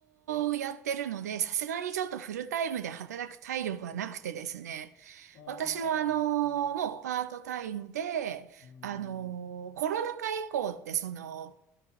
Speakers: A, on the right; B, on the left.
A: ろやってるので、さすがにちょっとフルタイムで働く体力はなくてですね。
B: ああ、
A: 私もあの、
B: うん
A: もうパートタイムで、
B: うん
A: あの、コロナ禍以降ってその、